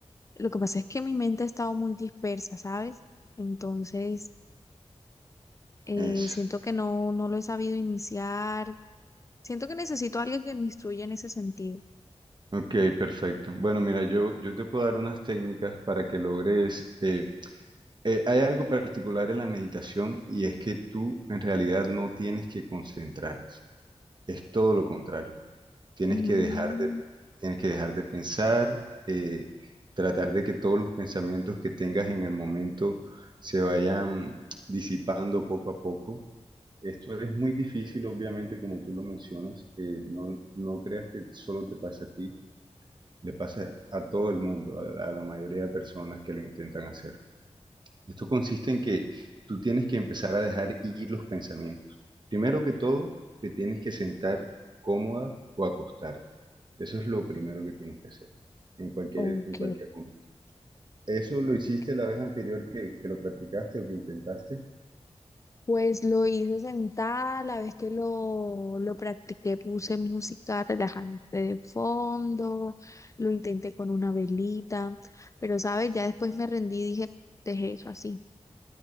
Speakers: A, on the left (about 30°); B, on the right (about 45°).
A: lo que pasa es que mi mente ha estado muy dispersa, ¿sabes? Entonces, eh,
B: Eso.
A: siento que no, no lo he sabido iniciar, siento que necesito a alguien que me instruya en ese sentido.
B: Ok, perfecto. Bueno, mira, yo, yo te puedo dar unas técnicas para que logres... eh, eh, hay algo particular en la meditación y es que tú en realidad no tienes que concentrarte. Es todo lo contrario. Tienes
A: Mm,
B: que dejar de, tienes que dejar de pensar, eh, tratar de que todos los pensamientos que tengas en el momento se vayan disipando poco a poco. Esto es muy difícil, obviamente, como tú lo mencionas. eh, no, no creas que solo te pasa a ti, le pasa a todo el mundo, a la a la mayoría de personas que lo intentan hacer. Esto consiste en que tú tienes que empezar a dejar ir los pensamientos. Primero que todo, te tienes que sentar cómoda o acostarte. Eso es lo primero que tienes que hacer en cualquier,
A: ok,
B: en cualquier momento. ¿Eso lo hiciste
A: ok.
B: la vez anterior que, que lo practicaste o que intentaste?
A: Pues lo hice sentada, la vez que lo, lo practiqué puse música relajante de fondo, lo intenté con una velita, pero sabes, ya después me rendí y dije, dejé eso así.